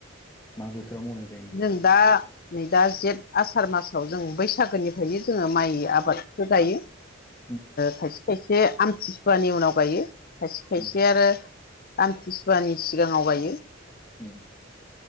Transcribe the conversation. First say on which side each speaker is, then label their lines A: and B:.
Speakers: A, on the left; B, on the left.
A: मा बोथोराव मावनाय जायो।
B: जों दा नै दा जेठ आसार मासाव जों बैसागोनिफ्रायनो जोङो माइ आबाद गायो
A: उम
B: खायसे खायसे आमथिसुवानि उनाव गायो खायसे खायसे
A: उम
B: आरो आमतसुवानि सिगाङाव गायो
A: उम